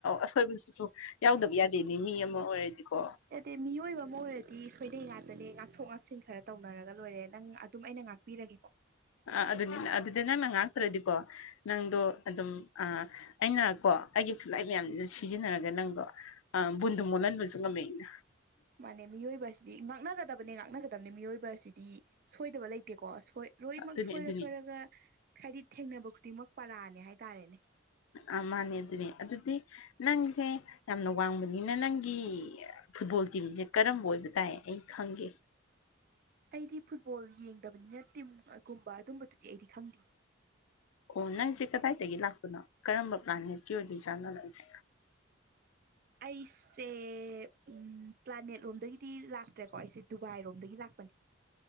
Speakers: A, on the left; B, on the right.
A: ꯑꯁꯣꯏꯕꯁꯤꯁꯨ ꯌꯥꯎꯗꯕ ꯌꯥꯗꯦꯅꯦ ꯃꯤ ꯑꯃ ꯑꯣꯏꯔꯗꯤꯀꯣ
B: ꯗꯤ ꯃꯤꯑꯣꯏꯕ ꯑꯃ ꯑꯣꯏꯔꯗꯤ ꯁꯣꯏꯗꯩ ꯉꯥꯛꯇꯅꯦ ꯉꯥꯛꯊꯣꯛ ꯉꯥꯛꯁꯤꯟ ꯈꯔ ꯇꯧꯅꯔꯒ ꯂꯣꯏꯔꯦ ꯅꯪ ꯑꯗꯨꯝ ꯑꯩꯅ ꯉꯥꯛ ꯄꯤꯔꯒꯦꯀꯣ
A: ꯑ ꯑꯗꯨꯅꯤ ꯑꯗꯨꯗꯤ ꯅꯪꯅ ꯉꯥꯛꯇ꯭ꯔꯗꯤꯀꯣ ꯅꯪꯗꯣ ꯑꯗꯨꯝ ꯑꯩꯅ ꯀꯣ ꯑꯩꯒꯤ ꯈꯨꯠꯂꯥꯏ ꯃꯌꯥꯝꯁꯤꯅ ꯁꯤꯖꯤꯟꯅꯔꯒ ꯅꯪꯗꯣ ꯑ ꯕꯨꯗꯨ ꯃꯣꯂꯅꯕꯁꯨꯒ ꯃꯩꯅ
B: ꯅꯦ ꯃꯤꯑꯣꯏꯕꯁꯤꯗꯤ ꯉꯥꯛꯅꯒꯗꯕꯅꯦ ꯉꯥꯛꯅꯒꯗꯕꯅꯦ ꯃꯤꯑꯣꯏꯣꯏꯕꯁꯤꯗꯤ꯫ ꯁꯣꯏꯗꯕ ꯂꯩꯇꯦꯀꯣꯣꯏ ꯂꯣꯏꯅꯃꯛ
A: ꯑꯗꯨꯅꯤ
B: ꯁꯣꯏꯔ
A: ꯑꯗꯨꯅꯤ
B: ꯁꯣꯏꯔꯒ ꯍꯥꯏꯗꯤ ꯊꯦꯡꯅꯕ ꯈꯨꯗꯤꯡꯃꯛ ꯄꯔꯥꯅꯦ ꯍꯥꯏꯇꯥꯔꯦꯅꯦ꯫
A: ꯑ ꯃꯥꯅꯦ ꯑꯗꯨꯅꯦ ꯑꯗꯨꯗꯤ ꯅꯪꯁꯦ ꯌꯥꯝꯅ ꯋꯥꯡꯕꯅꯤꯅ ꯅꯪꯒꯤ ꯐꯨꯠꯕꯣꯜ ꯇꯤꯝꯁꯦ ꯀꯔꯝꯕ ꯑꯣꯏꯕ ꯇꯥꯏ ꯑꯩ ꯈꯪꯒꯦ꯫
B: ꯑꯩꯗꯤ ꯐꯨꯠꯕꯣꯜ ꯌꯦꯡꯗꯕꯅꯤꯅ ꯇꯤꯝꯒꯨꯝꯕ ꯑꯗꯨꯝꯕꯗꯨꯗꯤ ꯑꯩꯗꯤ ꯈꯪꯗꯦ꯫
A: ꯑꯣ ꯅꯪꯁꯦ ꯀꯗꯥꯏꯗꯒꯤ ꯂꯥꯛꯄꯅꯣ ꯀꯔꯝꯕ ꯄ꯭ꯂꯥꯅꯦꯠꯀꯤ ꯑꯣꯏꯗꯣꯏꯖꯥꯠꯅꯣ ꯅꯪꯁꯦ꯫
B: ꯑꯩꯁꯦ ꯎ ꯄ꯭ꯂꯥꯅꯦꯠ ꯂꯣꯝꯗꯒꯤꯗꯤ ꯂꯥꯛꯇ꯭ꯔꯦꯀꯣ ꯑꯩꯁꯦ ꯗꯨꯕꯥꯏꯔꯣꯝꯗꯒꯤ ꯂꯥꯛꯄꯅꯤ꯫